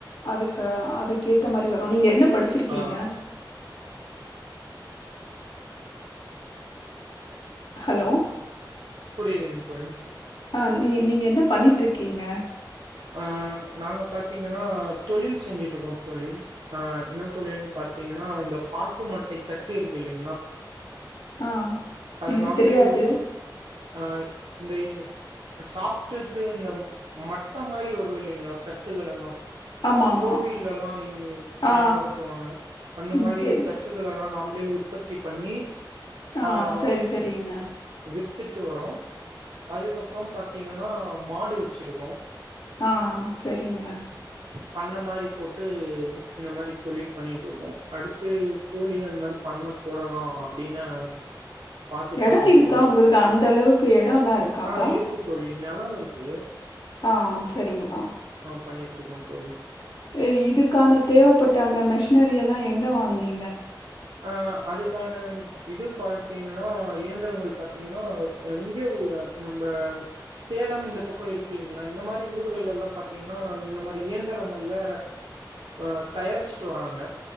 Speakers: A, on the left; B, on the right.
A: அதுக்க அதுக்கேத்த மாரி வரும் நீங்க என்னப் படிச்சிருக்கீங்க
B: ஆ
A: ஹலோ
B: புரியுதுங் தோழி
A: ஆ நீ நீங்க என்ன பண்ணட்டுருக்கீங்க
B: அஹ் நாங்க பாத்தீங்கன்னா தொழில் செஞ்சுட்டு இருக்கோ தோழி ஆஹ் என்ன தொழில் பாத்தீங்கன்னா இந்த பாக்கு மட்டை தட்டு இருக்கு இல்லீங்குளா
A: ஆ
B: அத
A: எனக்கு
B: நாம்புளே
A: தெரியாது.
B: உருப்பத் ஆஹ் இந்த இவு சாப்புட்டுட்டு இந்த மட் ட்ட மாரி வரு இல்லீங்களா தட்டுகள் எல்லாம்
A: ஆமா, ஆமா.
B: கோவில்ல எல்லாம் இ
A: ஆ
B: பயன்படுத்துவாங்க அந்த
A: ம்
B: மாரி
A: தெரியும்.
B: தட்டுகள் எல்லா நாம் ல்லீங்க உப்பத்தி பண்ணி
A: ஆ
B: ஆஹ்
A: சரி, சரிங்க.
B: ம் விட் வித்துட்டு வரோ அதுக்கப்புறம் பாத்தீங்கன்னா மாடு வெச்சிருக்கோம்
A: ஆஹ் செரிங்க
B: பண்ண மாரி போட்டு இந்த மாரி தொழில் பண்ணிட்டு இருக்கோ அடுத்து கோழி அந் மாரி பண்ணப் போடலா அப்டின்னு பாத்துட்ருக்கோ
A: எடம் இருக்கா
B: தோழி
A: உங்குளுக்கு அந்த அளவுக்கு எடேல்லா இருக்காப்பா
B: ஆ இருக்கு தோழி நெலோ இருக்கு
A: ஆஹ் செரிங்கப்பா
B: பண்ணிட் இருக்கோ தோழி
A: ஏ இதுக்கான தேவைப்பட்ட அந்த மெஷ்னரியல்லா எங்க வாங்கினீங்
B: ஆஹ் அதுகாணன் இதுஸ் பாத்தீங்கன்னோ இயந்திரங்கள் பாத்தீங்கன்னோ இங்கிய உள நம்ம சேலம் இந்த பக்கம் இருக்கு இல்லைங்கிளா இந்த மாரி ஊர்கள்ல எல்லா பாத்தீங்கன்னா இந்த மாரி இயந்திரங்கள்ல அஹ் தயாரிச்சுட்டு வறாங்க